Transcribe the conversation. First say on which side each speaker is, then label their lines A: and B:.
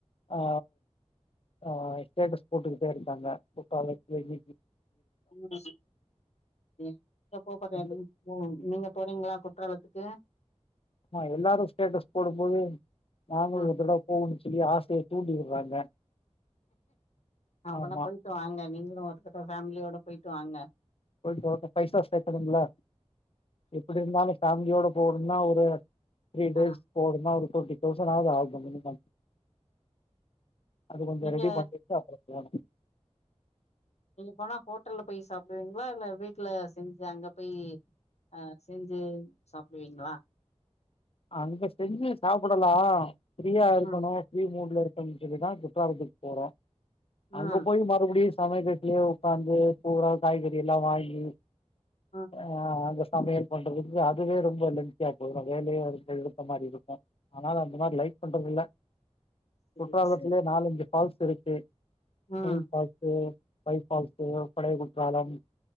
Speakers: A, on the left (about 55°); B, on the left (about 70°).
A: அ ஆ ஸ்டேட்டஸ் போட்டுக்கிட்டே இருக்காங்க குற்றாலம் போயி
B: ம் நீங்க போ போற
A: <unintelligible>
B: ஓ நீங்க போறீங்ளா குற்றாலத்துக்கு
A: அ எல்லாரும் ஸ்டேட்டஸ் போடும்போது நாங்களு
B: ம்
A: ஒரு தடவ போடனு சொல்லி ஆசய தூண்டி விடுறாங்க
B: அப்னா
A: ஆமா
B: போயிட்டு வாங்க நீங்களும் ஒரு தடவ ஃபேமிலியோட போயிட்டு வாங்க
A: போய்ட்டு பைவ் ஸ்டார் ஸ்டே பண்ணனுமில்ல எப்டி இருந்தாலு ஃபேமிலியோட போகணும்னா ஒரு த்ரீ டேஸ்
B: ஆ
A: போனுமா ஒரு டுவெண்ட்டி தௌசண்ட் ஆகு மினிமம் அது கொஞ்சோ
B: நீங்க
A: ரெடி பண்ணிட்டு அப்பறம் போணு
B: நீங்க போனா ஹோட்டல்ல போய் சாப்டுவீங்களா இல்ல வீட்ல செஞ்சு அங்க போய் அ செஞ்சு சாப்டுவீங்ளா
A: அங்க செஞ்சு சாப்டலா ஃப்ரீயா இருக்கணு
B: ம்
A: ஃப்ரீ மூட்ல இரு க்கணு சொல்லிதான் குற்றாலத்துக்கு போறோ
B: ம்
A: அங்க போய் மறுபடியு சமய கட்லயே உக்காந்து பூரா காய்கறி எல்லா வாங்கி
B: ஆ
A: ஆ அந்த சமையல் பண்றதுக்கு அதுவே ரொம்ப லென்த்தியா போய்ரு வேலயே <unintelligible> எடுத்த மாரி இருக்கு ஆனால் அந்த மாரி லைக் பண்றதில்ல
B: சேரி
A: குற்றாலத்திலியே
B: சேரி
A: நாலஞ்சு ஃபால்ஸ் இருக்கு
B: ம்
A: மெயின் ஃபால்ஸ்சு பை ஃபால்ஸ்சு படைைய குற்றாலம்